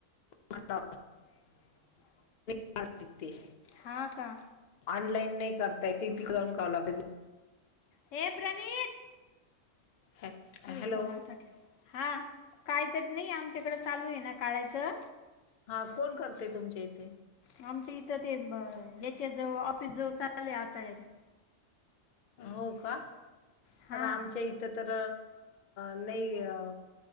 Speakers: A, on the left (about 50°); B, on the left (about 75°).
A: हता.
B: <inaudible>
A: भारतिक देश.
B: हा का.
A: ऑनलाईन नाही करताय टी पिकऊून का लागतते
B: हे प्रणित
A: हॅ
B: तूझ
A: हॅलो
B: फोनासाठी हा काहीतरी नाही आमच्याकडे चालू आहे ना काढायचं.
A: हा कोण करते तुमच्या इथे.
B: आमच्या इथं ते याच्या जवळ ऑफिस जवळ चाललंय आवताळ्याच्या.
A: हो का
B: हां
A: कारण आमच्या इथं तर नाही अ